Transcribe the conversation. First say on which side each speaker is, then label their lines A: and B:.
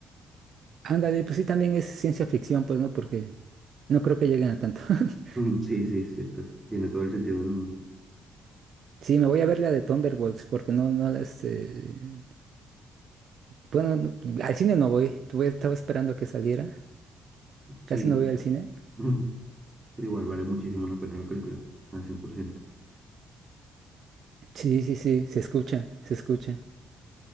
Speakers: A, on the right; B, on the right.
A: ándale, pues sí, también es ciencia ficción, pues no, porque no creo que lleguen a tanto. <laughs>
B: Mm, Sí, sí, es cierto. Tiene todo el sentido del mundo.
A: Sí, me voy a ver la de Thunderbolts, porque no, no, este, bueno, no- al cine no voy, voy, estaba esperando que saliera,
B: Sí,
A: casi no voy al cine.
B: <laughs> mm, pero igual vale muchísimo la pena la película, al 100%.
A: Sí, sí, sí, se escucha, se escucha.